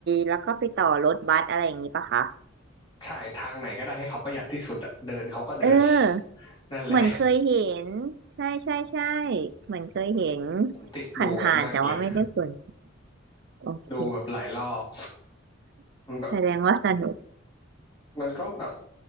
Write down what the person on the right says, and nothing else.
แล้วก็ไปต่อรถบัสอะไรอย่างนี้ปะคะ
เออ
เหมือนเคยเห็นใช่ใช่ใช่เหมือนเคยเห็น
ผ่านๆแต่ว่าไม่ได้สน โอเค
แสดงว่าสนุก